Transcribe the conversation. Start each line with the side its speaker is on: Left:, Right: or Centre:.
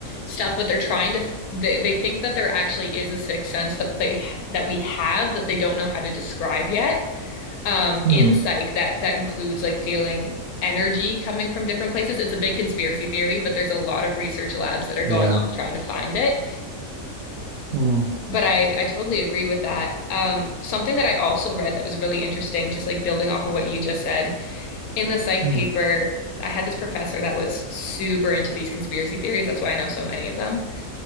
Left: stuff but they're trying to they, they think that there actually is a sixth sense that they that we have that they don't know how to describe yet um
Right: mm,
Left: in psych that that includes like feeling energy coming from different places it's a big conspiracy theory but there's a lot of research labs that are going
Right: yeah.
Left: on trying to find it
Right: Mm,
Left: but i i totally agree with that um something that i also read that was really interesting just like building off of what you just said in the psych
Right: mm,
Left: paper I had this professor that was super into these conspiracy theories. That's why I know so many of them.